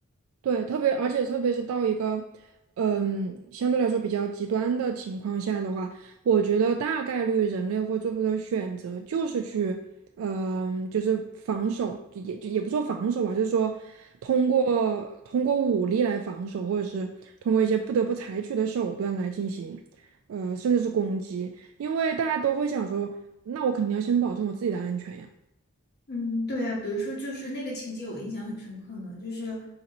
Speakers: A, on the right (about 70°); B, on the left (about 50°).
A: 对，特别而且特别是到一个，嗯，相对来说比较极端的情况下的话，我觉得大概率人类会做出的选择就是去，嗯，就是防守，就也就也不说防守吧，就是说通过通过武力来防守，或者是通过一些不得不采取的手段来进行，呃，甚至是攻击，因为大家都会想说，那我肯定要先保证我自己的安全呀。
B: 嗯，对啊，比如说就是那个情节我印象很深刻呢，就是，